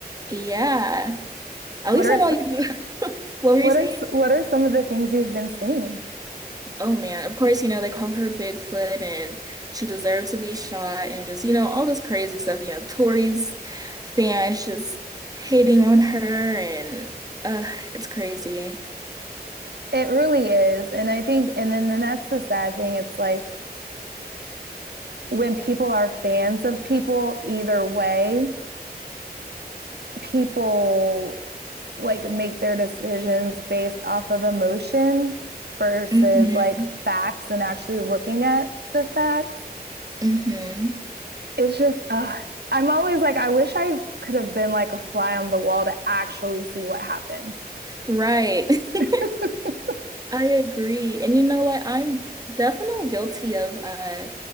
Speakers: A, on the right; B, on the right.
A: yeah, at
B: What
A: least
B: are
A: I know
B: some,
A: you. <laughs> What were
B: what
A: you saying?
B: are what are some of the things you've been seeing?
A: Oh man, of course, you know, they call her Bigfoot and she deserved to be shot and just, you know, all this crazy stuff. You know, Tori's fans just hating on her and uh it's crazy.
B: It really is, and I think,
A: Crazy.
B: and then then that's the sad thing. It's like when people are fans of people, either way, people like make their decisions based off of emotion versus
A: hmm
B: like facts and actually looking at the facts.
A: hmm
B: It's just, ugh. I'm always like, I wish I could have been like a fly on the wall to actually see what happened.
A: Right. <laughs>
B: <laughs>
A: I agree. And you know what? I'm definitely guilty of uh